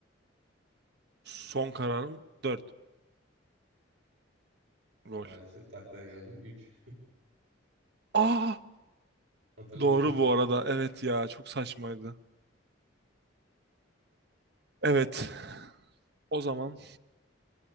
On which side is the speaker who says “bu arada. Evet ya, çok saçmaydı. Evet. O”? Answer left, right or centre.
Right